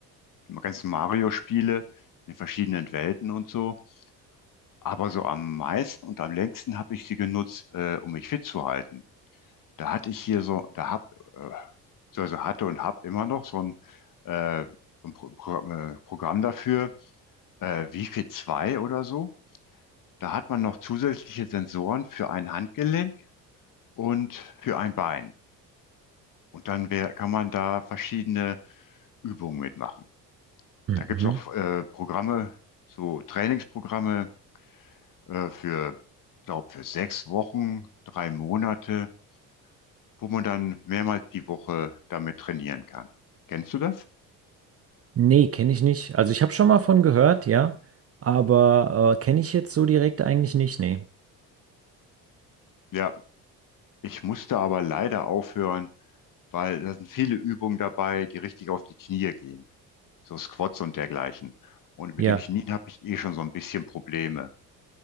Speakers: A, on the left; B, on the right.
A: die ganzen Mario-Spiele in verschiedenen Welten und so. Aber so am meisten und am längsten habe ich sie genutzt, äh, um mich fit zu halten. Da hatte ich hier so, da hab, äh, beziehungsweise hatte und habe immer noch so ein, äh, so ein Pro Pro äh, Programm dafür, äh, Wi-Fi 2 oder so. Da hat man noch zusätzliche Sensoren für ein Handgelenk und für ein Bein. Und dann wär, kann man da verschiedene Übungen mitmachen.
B: Mhm.
A: Da gibt's auch äh, Programme, so Trainingsprogramme äh, für, glaube für sechs Wochen, drei Monate, wo man dann mehrmals die Woche damit trainieren kann. Kennst du das?
B: Nee, kenne ich nicht. Also ich habe schon mal von gehört, ja, aber äh, kenne ich jetzt so direkt eigentlich nicht, nee.
A: Ja, Ich musste aber leider aufhören, weil da sind viele Übungen dabei, die richtig auf die Knie gehen. So Squats und dergleichen. Und mit
B: Ja,
A: den Knien habe ich eh schon so ein bisschen Probleme.